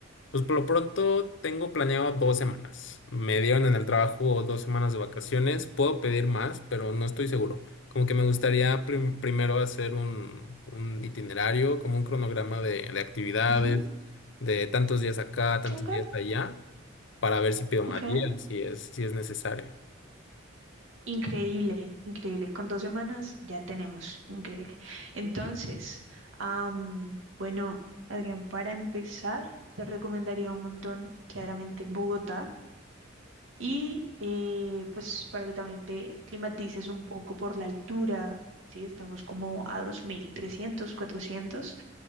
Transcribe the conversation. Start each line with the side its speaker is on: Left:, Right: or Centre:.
Left: Pues por lo pronto tengo planeado dos semanas. Me dieron en el trabajo dos semanas de vacaciones. Puedo pedir más, pero no estoy seguro. Como que me gustaría prim- primero hacer un, un itinerario, como un cronograma de, de actividades,
Right: Ujú,
Left: de tantos días acá, tantos
Right: Ok,
Left: días allá, para ver si pido
Right: ok.
Left: más días, si es, si es necesario.
Right: Increíble, increíble. Con dos semanas ya tenemos, increíble. Entonces, am, bueno, Adrián, para empezar, te recomendaría un montón, claramente, Bogotá. Y eh, pues para que también te climatices un poco por la altura, ¿sí? Estamos como a 2.300, 400